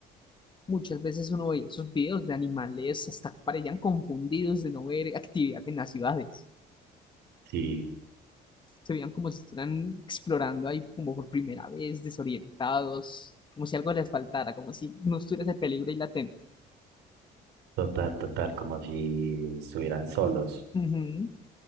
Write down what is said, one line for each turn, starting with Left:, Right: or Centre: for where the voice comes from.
Left: Muchas veces uno veía esos videos de animales, hasta parecían confundidos de no ver actividad en las ciudades.
Right: Sí,
Left: Se veían como si estuvieran explorando ahí como por primera vez, desorientados, como si algo les faltara, como si no estuviera ese peligro ahí latente.
Right: total, total, como si estuvieran solos.
Left: Ujú.